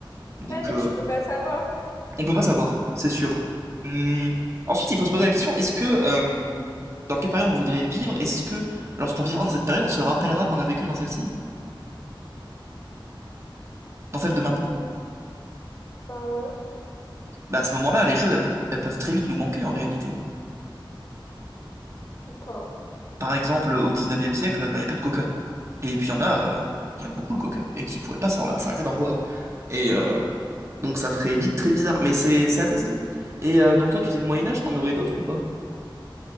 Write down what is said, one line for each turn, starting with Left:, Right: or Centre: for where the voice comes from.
Right: donc
Left: Ouais, mais
Right: euh,
Left: tu peux pas savoir.
Right: on peut pas savoir, c'est sûr. Hum, Ensuite, il faut se poser la question, est-ce que euh, dans quelle période on voudrait vivre? Est-ce que lorsqu'on vivra dans cette période, on se rappellera qu'on a vécu dans celle-ci, dans celle de maintenant?
Left: Hmm, bah ouais,
Right: Bah à ce moment-là, les choses elles, peuvent elles peuvent très vite nous manquer en réalité.
Left: ou pas.
Right: Par exemple, au 19e siècle, bah, il n'y a pas de coca. Et puis il y en a euh, qui aiment beaucoup le coca et qui pourraient pas s'en- s'arrêter d'en boire. Et euh, Donc ça ferait vite très bizarre, mais c'est c'est à tester. Et euh, donc toi, tu disais Moyen-Âge, t'en aurais d'autres ou pas?